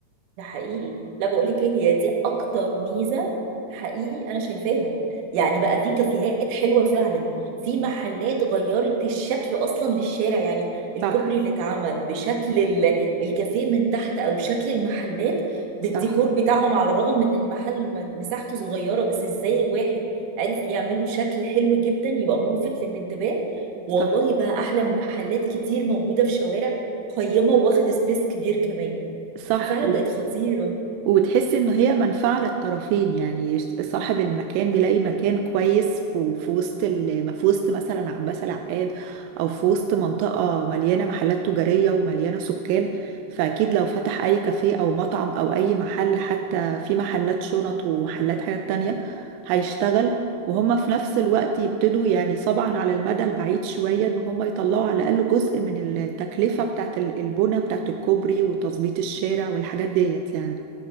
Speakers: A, on the right; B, on the right.
A: ده حقيقي لا بقول لك ايه هي دي اكتر ميزه حقيقي انا شايفاها يعني بقى في كافيهات حلوه فعلا في محلات غيرت الشكل اصلا للشارع يعني الكوبري
B: صح
A: اللي اتعمل بشكل ال- الكافيه من تحت او شكل المحلات
B: صح
A: بالديكور بتاعهم على الرغم من المحل م- مساحته صغيره بس ازاي الواحد عرف يعمل له شكل حلو جدا يبقى ملفت للانتباه والله
B: صح
A: بقى احلى من محلات كتير موجوده في شوارع قيمه واخد سبيس كبير كمان
B: صح
A: ففعلا بقت خطيرة
B: وتحس إن هي منفعة للطرفين يعني صاحب المكان
A: جدا
B: بيلاقي مكان كويس في في وسط ال- في وسط مثلا عباس العقاد أو في وسط منطقة مليانة محلات تجارية ومليانة سكان فأكيد لو فتح أي كافيه أو مطعم أو أي محل حتى في محلات شنط ومحلات حاجات تانية هيشتغل وهما في نفس الوقت يبتدوا يعني طبعا على المدى البعيد شوية إن هما يطلعوا على الأقل جزء من التكلفة بتاعت البنى بتاعت الكوبري وتظبيط الشارع والحاجات ديت يعني